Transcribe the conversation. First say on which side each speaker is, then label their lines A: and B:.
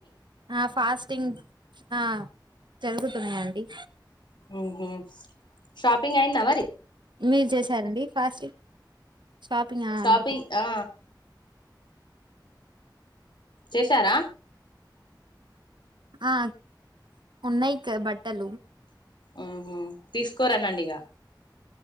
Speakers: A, on the right; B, on the left.
A: ఆ పాస్టింగ్ ఆ జరుగుతున్నాయంండి
B: ఉహుమ్ షాపింగ్ అయిందవరి
A: మీరు చేశారండి ఫాస్టింగ్ షాపింగ్ ఆ
B: షాపింగ్
A: అయింది
B: ఆ చేసారా
A: ఆ ఉన్నాయిక బట్టలు
B: ఉ హు తీసుకోర అనండి ఇగ